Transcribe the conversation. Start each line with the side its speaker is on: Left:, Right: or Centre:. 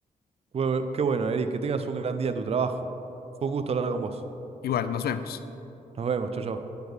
Right: Qué qué bueno, Eric, que tengas un gran día en tu trabajo. Fue un gusto hablar con vos.
Left: Igual, nos vemos.
Right: Nos vemos, chau, chau.